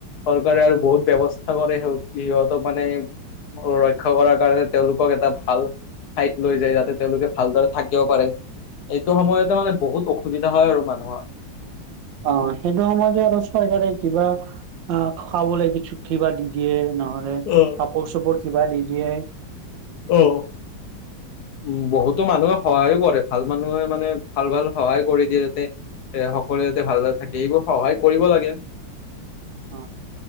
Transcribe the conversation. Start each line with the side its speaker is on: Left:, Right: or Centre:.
Left: চৰকাৰে আৰু বহুত ব্যৱস্থা কৰে সি সিহঁতক মানে ৰক্ষা কৰাৰ কাৰণে তেওঁলোকক এটা ভাল ঠাইত লৈ যায় যাতে তেওঁলোকে ভালদৰে থাকিব পাৰে। এইটো সময়তে মানে বহুত অসুবিধা হয় আৰু মানুহৰ।
Right: অ সেইটো সময় যে আৰু চৰকাৰে কিবা আহ খাবলৈ কিছু কিবা দি দিয়ে নহলে
Left: অ',
Right: কাপোৰ চাপোৰ কিবা দি দিয়ে।
Left: অ। উ বহুতো মানুহে সহায়ো কৰে ভাল মানুহে মানে ভাল ভাল সহায় কৰি দিয়ে যাতে এ সকলোৱে যাতে ভালদৰে থাকে এইবোৰ কৰিব লাগে।
Right: অ